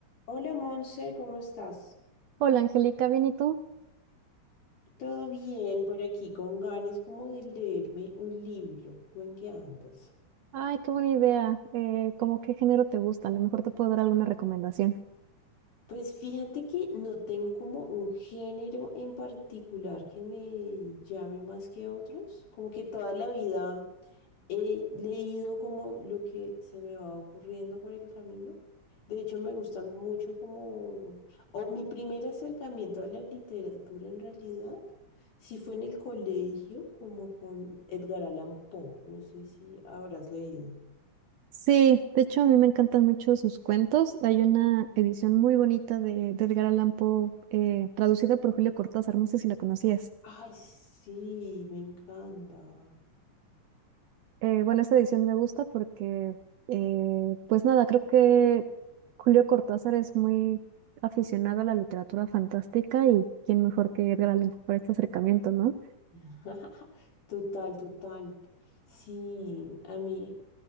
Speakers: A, on the left (about 85°); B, on the right (about 75°).
A: Hola Monse, ¿cómo estás?
B: Hola Angélica, ¿bien y tú?
A: Todo bien por aquí, con ganas como de leerme un libro. ¿Tú en qué andas?
B: Ay, qué buena idea. Eh, ¿cómo qué género te gusta? A lo mejor te puedo dar alguna recomendación.
A: Pues fíjate que no tengo como un género en particular que me llame más que otros. Como que toda la vida he leído como lo que se me va ocurriendo por el camino. De hecho, me gustan mucho como, o mi primer acercamiento a la literatura en realidad, sí fue en el colegio, como con Edgar Allan Poe. No sé si habrás leído.
B: Sí, de hecho a mí me encantan mucho sus cuentos. Hay una edición muy bonita de, de Edgar Allan Poe, eh, traducida por Julio Cortázar, no sé si la conocías.
A: Ay, sí, me encanta.
B: Eh, bueno, esa edición me gusta porque, eh, pues nada, creo que Julio Cortázar es muy aficionado a la literatura fantástica y quién mejor que Edgar Allan Poe para este acercamiento, ¿no?
A: <laughs> Total, total. Sí, a mí